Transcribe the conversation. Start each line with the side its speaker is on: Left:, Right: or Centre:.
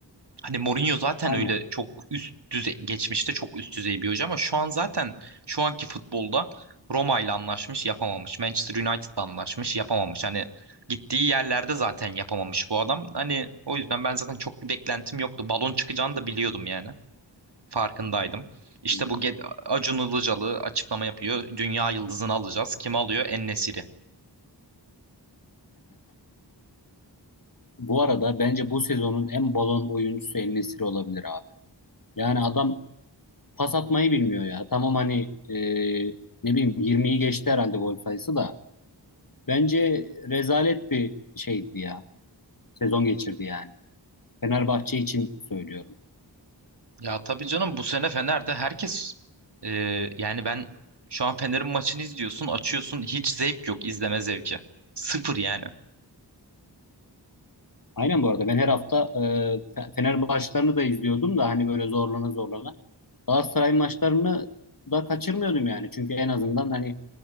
Right: Hani Mourinho zaten
Left: Aynen.
Right: öyle çok üst düzey, geçmişte çok üst düzey bir hoca ama şu an zaten şu anki futbolda Roma ile anlaşmış yapamamış. Manchester United'la anlaşmış yapamamış. Hani gittiği yerlerde zaten yapamamış bu adam. Hani o yüzden ben zaten çok bir beklentim yoktu. Balon çıkacağını da biliyordum yani. Farkındaydım. İşte
Left: Hmm.
Right: bu Ge- Acun Ilıcalı açıklama yapıyor. Dünya yıldızını alacağız. Kim alıyor? En-Nesyri.
Left: Bu arada bence bu sezonun en balon oyuncusu en olabilir abi. Yani adam pas atmayı bilmiyor ya. Tamam hani e, ne bileyim 20'yi geçti herhalde gol sayısı da. Bence rezalet bir şeydi ya. Sezon geçirdi yani. Fenerbahçe için söylüyorum.
Right: Ya tabii canım bu sene Fener'de herkes e, yani ben şu an Fener'in maçını izliyorsun, açıyorsun hiç zevk yok izleme zevki. Sıfır yani.
Left: Aynen bu arada ben her hafta e, Fe- Fener maçlarını da izliyordum da hani böyle zorlana zorlana. Galatasaray maçlarını da kaçırmıyordum yani. Çünkü en azından hani